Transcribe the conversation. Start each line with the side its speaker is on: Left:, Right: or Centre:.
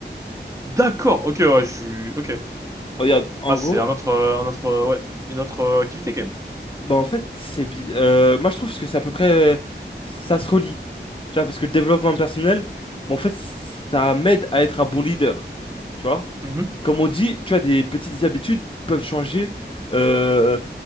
Right: D'accord. Ok, ouais, je, ok.
Left: Regarde, en
Right: Ah, c'est
Left: gros,
Right: un autre, euh, un autre, euh, ouais, une autre euh, activité quand même.
Left: Bah en fait, c'est bi- euh, moi je trouve que c'est à peu près ça se relie. Tu vois, parce que le développement personnel, bah, en fait, ça m'aide à être un bon leader. Tu vois?
Right: Mhm.
Left: Comme on dit, tu vois, des petites habitudes peuvent changer euh,